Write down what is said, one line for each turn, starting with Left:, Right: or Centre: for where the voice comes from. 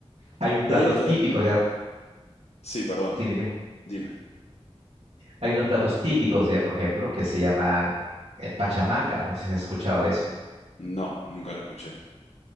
Right: Hay un
Left: Y
Right: platos
Left: hay otra.
Right: típicos ya,
Left: Sí, perdón,
Right: sí, dime.
Left: dime.
Right: Hay unos platos típicos ya, por ejemplo, que se llaman eh, pachamanga. No sé si has escuchado de eso.
Left: No, nunca lo escuché.